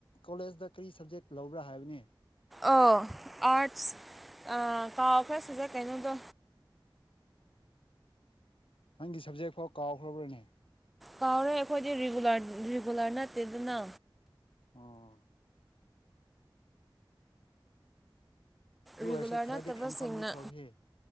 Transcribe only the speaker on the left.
ꯀꯣꯂꯦꯖꯇ ꯀꯔꯤ ꯁꯕꯖꯦꯛ ꯂꯧꯕ꯭ꯔꯥ ꯍꯥꯏꯕꯅꯤ
<inaudible> ꯅꯪꯒꯤ ꯁꯕꯖꯦꯛ ꯐꯥꯎ ꯀꯥꯎꯈ꯭ꯔꯕ꯭ꯔꯅꯦ
ꯑꯥ ꯑꯗꯨ
ꯑꯣꯏꯔꯁꯨ ꯈꯔꯗꯤ
ꯈꯪꯐꯝꯗꯤ ꯊꯣꯛꯈꯤ